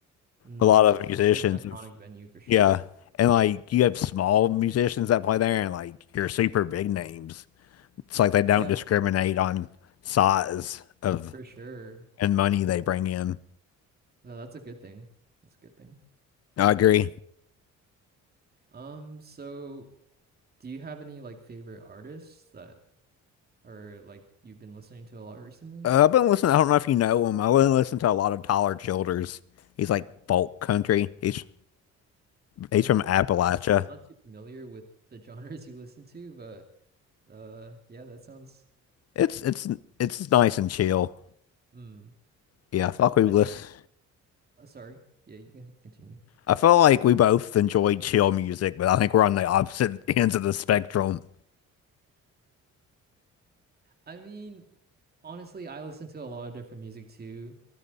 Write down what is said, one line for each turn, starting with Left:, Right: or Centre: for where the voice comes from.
Right: Mm,
Left: a lot
Right: it's
Left: of
Right: like a,
Left: musicians.
Right: it's like an iconic venue for sure.
Left: Yeah. And like you have small musicians that play there and like your super big names. It's like they don't
Right: Yeah.
Left: discriminate on size of
Right: For sure.
Left: and money they bring in.
Right: No, that's a good thing. That's a good thing.
Left: I agree.
Right: Um, so do you have any like favorite artists that are like you've been listening to a lot recently?
Left: Uh, I've been listening. I don't know if you know him. I've been listening to a lot of Tyler Childers. He's like folk country. He's he's from Appalachia.
Right: Honestly, I'm not too familiar with the <laughs> genres you listen to, but uh yeah, that sounds
Left: It's it's it's nice and chill.
Right: mm.
Left: Yeah, I felt like we
Right: I
Left: listen.
Right: think uh, sorry. Yeah, you can continue.
Left: I felt like we both enjoyed chill music, but I think we're on the opposite <laughs> ends of the spectrum.
Right: I mean, honestly, I listen to a lot of different music too,